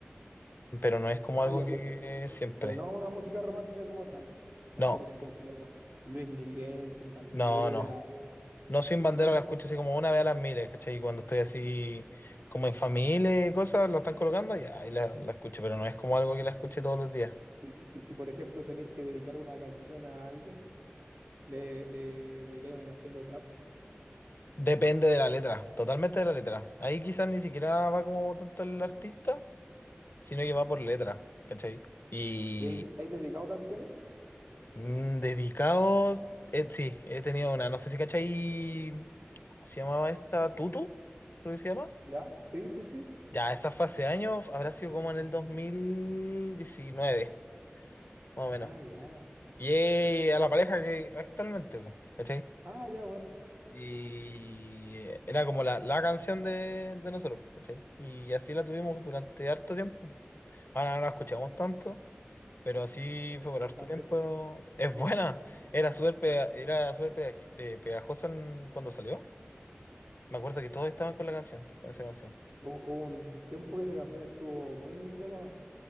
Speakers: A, on the left; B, on the right.
A: Pero no es como
B: Ah,
A: algo
B: ya,
A: que
B: pero,
A: siempre.
B: pero no una música romántica como tal. No
A: No,
B: sé, por ejemplo, Luis Miguel, Sin Bandera.
A: no, no. No sin bandera
B: No, le-
A: la escucho así como una vez a las miles, ¿cachai? Y cuando estoy así como en familia y cosas, la están colocando, ya ahí la, la escucho, pero no es como algo que la escuche todos los días.
B: y si, y si, por ejemplo tenéis que dedicar una canción a alguien, le, le dedicáis una canción de trap,
A: Depende de la letra, totalmente de la letra. Ahí quizás ni siquiera va como tanto el artista, sino
B: ¿no?
A: que va por letra, ¿cachai? Y
B: ¿Y hay, hay dedicado canciones?
A: mm, dedicados, eh, sí, he tenido una, no sé si cachai, ¿cómo se llamaba esta? Tutu, creo que se llama.
B: ¿Ya? Sí, sí, sí.
A: Ya, esa fue hace años, habrá sido como en el dos mil diecinueve más o
B: Ah,
A: menos.
B: ya.
A: Y eh,
B: ya.
A: a la pareja que actualmente, po, ¿cachai?
B: Ah, ya, buena.
A: Y eh, era como la, la canción de, de nosotros, po, ¿cachai? Y así la tuvimos durante harto tiempo. Ahora no la escuchamos tanto, pero así
B: Es
A: fue
B: buena
A: por harto
B: esa canción.
A: tiempo. Es
B: me gusta.
A: buena. Era súper pega-
B: Hu-
A: era súper pegaji- pe- pegajosa en- cuando salió. Me acuerdo que todos estaban con la canción, con esa canción.
B: Hubo un, un tiempo que esa canción estuvo muy de moda.